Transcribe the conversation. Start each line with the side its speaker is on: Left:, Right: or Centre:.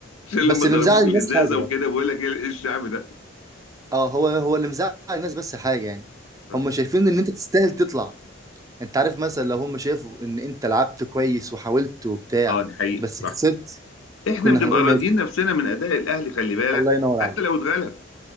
Left: عشان لما
Right: بس اللي
Left: ضربوه
Right: مزعل
Left: بالازازه
Right: الناس حاجه
Left: وكده
Right: بقى
Left: بقول لك ايه إيه الشعب ده
Right: اه هو هو اللي مزعل الناس بس حاجه يعني
Left: اتفضل.
Right: هم شايفين ان انت تستاهل تطلع انت عارف مثلا لو هم شافوا ان انت لعبت كويس وحاولت وبتاع
Left: اه دي حقيقه
Right: بس
Left: صح
Right: خسرت
Left: احنا
Right: كنا
Left: بنبقى
Right: هنقول
Left: راضيين
Right: ماشي
Left: نفسنا من اداء الاهلي خلي بالك
Right: الله ينور
Left: حتى
Right: عليك
Left: لو اتغلب